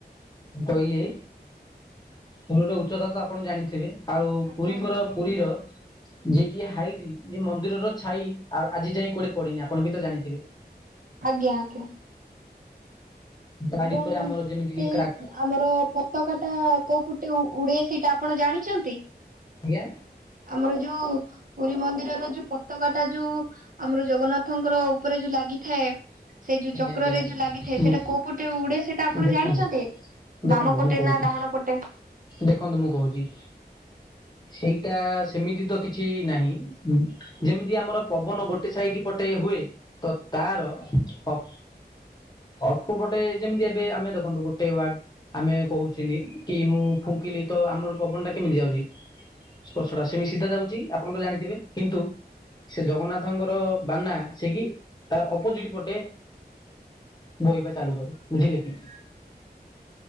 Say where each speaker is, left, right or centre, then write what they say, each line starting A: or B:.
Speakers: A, on the left; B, on the right.
A: ମୁଁ କହିଲି, ପୁରୀର ଉଚ୍ଚତା ତ ଆପଣ ଜାଣିଥିବେ? ଆଉ
B: ଆଜ୍ଞା
A: ପୁରୀଙ୍କର
B: ଆଜ୍ଞା
A: ପୁରୀର ଯେ କି ହାଇଡି ଯେ ମନ୍ଦିରର ଛାଇ ଆ-ଆଜି ଯାଏଁ କୁଆଡେ ପଡିନି। ଆପଣ ବି ତ ଜାଣିଥିବେ?
B: ଆଜ୍ଞା ଆଜ୍ଞା।
A: ତାରି
B: ଏବଂ
A: ଉପରେ ଆମର
B: ସେଇ
A: ଯେମିତିକି କ୍ରାକ୍
B: ଆମର ପତକାଟା କୋଉ ପଟେ ଉ-ଉଡେ ସେଇଟା ଆପଣ ଜାଣିଚନ୍ତି?
A: ଆଜ୍ଞା?
B: ଆମର ଯୋଉ ପୁରୀ ମନ୍ଦିରର ଯୋଉ ପତକାଟା ଯୋଉ ଆମର ଜଗନ୍ନାଥଙ୍କର ଉପରେ ଯୋଉ ଲାଗିଥାଏ ସେଇ ଯୋଉ
A: ଆଜ୍ଞା
B: ଚକ୍ରରେ
A: ଆଜ୍ଞା
B: ଯୋଉ ଲାଗିଥାଏ,
A: ମୁଁ
B: ସେଟା କୋଉ ପଟେ ଉଡେ ସେଇଟା ଆପଣ
A: ଦେଖନ୍ତୁ
B: ଜାଣିଚନ୍ତି।
A: ଦେଖନ୍ତୁ
B: ବାମ ପଟେ
A: ମୁଁ କହୁଛି
B: ନା ଡାହାଣ ପଟେ?
A: ଦେଖନ୍ତୁ ମୁଁ କହୁଚି। ସେଇଟା ସେମିତି ତ କିଛି ନାହିଁ। ଯେମିତି ଆମର ପବନ ଗୋଟେ ସାଇଡ ପଟେ ହୁଏ। ତ ତାର ପ ଅଳ୍ପ ପଟେ ଯେମିତି ଏବେ ଆମେ ଦେଖନ୍ତୁ ଗୋଟେ ୱାଡ଼ ଆମେ କହୁଚିନି କି ମୁଁ ଫୁଙ୍କିଲି ତ ଆମର ପବନ ଟା କେମିତି ଯାଉଛି? ସ୍ପର୍ଶଟା ସେମି ସିଧା ଯାଉଛି ଆପଣ ତ ଜାଣିଥିବେ। କିନ୍ତୁ ସେ ଜଗନ୍ନାଥଙ୍କର ବାନା ସେ କିି ତାର ଅପୋଜିଟ ପଟେ ବୋହିିବା ଚାଲୁ କରୁ ବୁଝିଲେ କି?